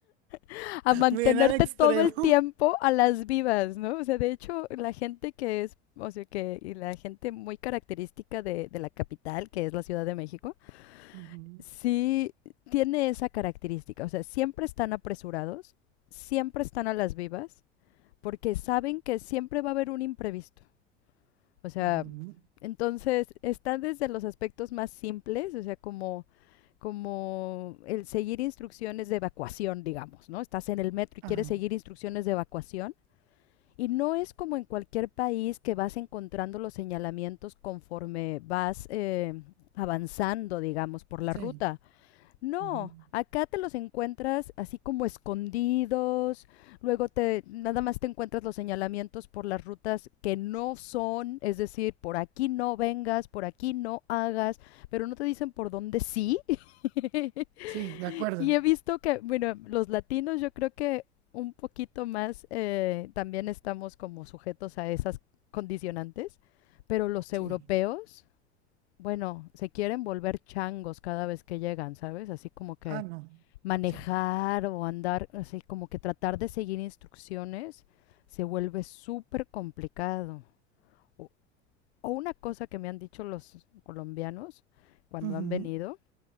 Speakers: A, on the left; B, on the right.
A: <laughs> a mantenerte
B: Bien al extremo.
A: todo el tiempo a las vivas, ¿no? O sea, de hecho, la gente que es, o sea, que, y la gente muy característica de, de la capital, que es la Ciudad de México,
B: Ujú,
A: sí tiene esa característica, o sea, siempre están apresurados, siempre están a las vivas, porque saben que siempre va a haber un imprevisto. O sea,
B: ujú,
A: entonces está desde los aspectos más simples, o sea, como como el seguir instrucciones de evacuación, digamos, ¿no? Estás en el metro y
B: Ajá.
A: quieres seguir instrucciones de evacuación. Y no es como en cualquier país que vas encontrando los señalamientos conforme vas eh, avanzando, digamos, por la
B: Sí.
A: ruta. No,
B: ujú.
A: acá te los encuentras así como escondidos, luego te nada más te encuentras los señalamientos por las rutas que no son, es decir, por aquí no vengas, por aquí no hagas, pero no te dicen por dónde sí. <laughs>
B: Sí, de acuerdo.
A: y he visto que, bueno, los latinos yo creo que un poquito más eh, también estamos como sujetos a esas condicionantes, pero los europeos,
B: Sí.
A: bueno, se quieren volver changos cada vez que llegan, ¿sabes? Así como que
B: Ah, no.
A: manejar
B: Sí.
A: o andar, así como que tratar de seguir instrucciones se vuelve súper complicado. O, o una cosa que me han dicho los colombianos cuando
B: Ujú,
A: han venido